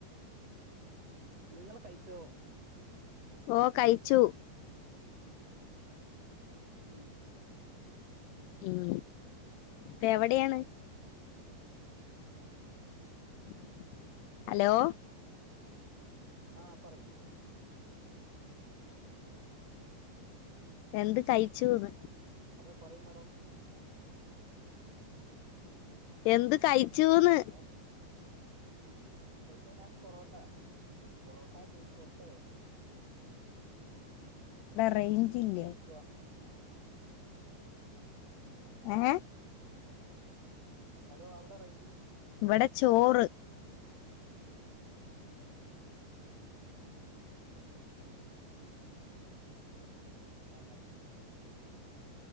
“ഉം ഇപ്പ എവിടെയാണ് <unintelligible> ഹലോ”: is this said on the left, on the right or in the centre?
Left